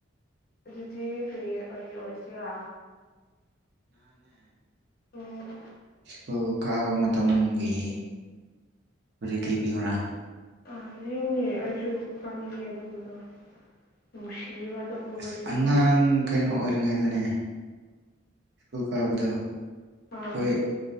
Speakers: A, on the left (about 45°); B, on the right (about 55°).
A: ꯑꯗꯨꯗꯤ ꯀꯔꯤ ꯀ ꯑꯣꯏꯁꯤꯔꯥ ꯎꯝ
B: ꯀ ꯀꯥꯕ ꯃꯇꯪꯒꯤ ꯩ ꯊꯩꯕꯤꯌꯣꯔꯥ
A: ꯑꯥ ꯂꯤꯌꯨꯅꯦ ꯑꯩꯁꯨ ꯇꯥꯅꯤꯡꯉꯦ ꯑꯗꯨꯝꯕꯗꯣ ꯅꯨꯡꯁꯤꯌꯦꯕ ꯑꯗꯨꯝꯕ
B: ꯑꯁ
A: ꯋꯥꯔꯤꯗꯣ
B: ꯑꯉꯥꯡ ꯀꯩꯅꯣ ꯑꯣꯏꯔꯤꯉꯩꯗꯅꯦ ꯁ꯭ꯀꯨꯜ ꯀꯥꯕꯗ ꯑꯩꯈꯣꯏ
A: ꯑꯥ